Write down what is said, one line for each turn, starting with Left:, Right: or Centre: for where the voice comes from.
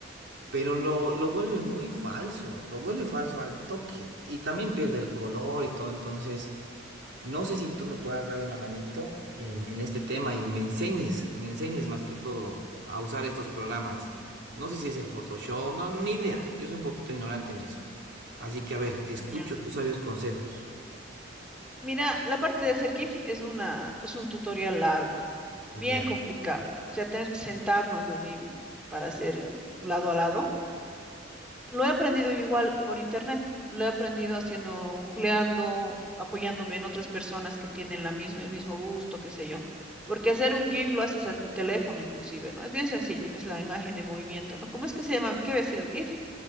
Right: pero lo, lo vuelve muy falso, lo vuelve falso al toque y también pierde el color y todo, entonces... No sé si tú me puedas dar una manito en, en este tema y me enseñes, me enseñes más que todo a usar estos programas. No sé si es el Photoshop, no, ni idea. Yo soy un poquito ignorante en eso. Así que, a ver, escucho
Centre: Ya.
Right: tus sabios consejos.
Centre: Mira, la parte de hacer GIF es una, es un tutorial largo, bien
Right: Ya,
Centre: complicado. O sea, tenemos que sentarnos así para hacer un lado a lado. Lo he aprendido yo igual por internet. Lo he aprendido haciendo, googleando, apoyándome en otras personas que tienen la misma, el mismo gusto, qué sé yo. Porque hacer un GIF lo haces en tu teléfono inclusive, ¿no? Es bien sencillo, es la imagen en movimiento, ¿no? ¿Cómo es que se llama? ¿Qué había sido GIF?